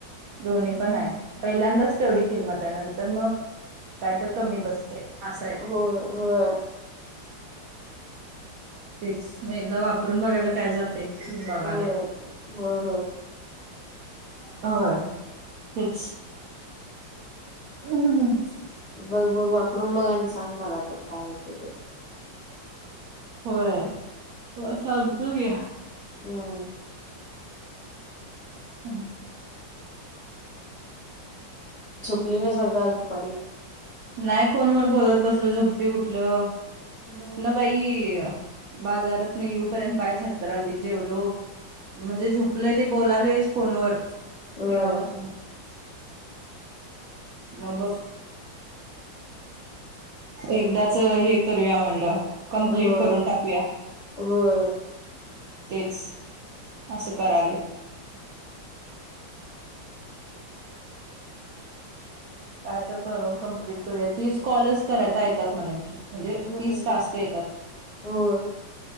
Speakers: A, on the right; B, on the left.
A: दोन्ही पण हाय पहिल्यांदाच तेवढी किंमत आहे नंतर मग काय तर कमी बसतय असाय
B: होय होय
A: तेच म एकदा वापरून बघायला काय जातय बघालोय
B: होय होय होय
A: होय तेच <unintelligible>
B: बघ बघ वापरून बघ आणि सांग मला आप काय होतंय ते
A: होय त सगतो की
B: हम
A: <inaudible>
B: झोपली नईस वाटत आज दुपारी
A: नाही फोनवर बोलत बसलो झोपतय कुठलं
B: हो
A: तीथन बाई बाजारातनं येऊपर्यंत पाय थरथरालतीत जेवलो
B: हो.
A: म जे झोप लोय ते बोलालयच फोनवर तेव्हापासून
B: होय
A: म बग एकदाच हे करूया म्हणलं कम्प्लीट
B: होय
A: करून टाकूया
B: होय.
A: तेच असं करायलोय काय तर करून कंप्लीट करूया तीस कॉलस करता येतात म्हण की म्हणजे
B: हम्म.
A: तीस टास्क येतात
B: होय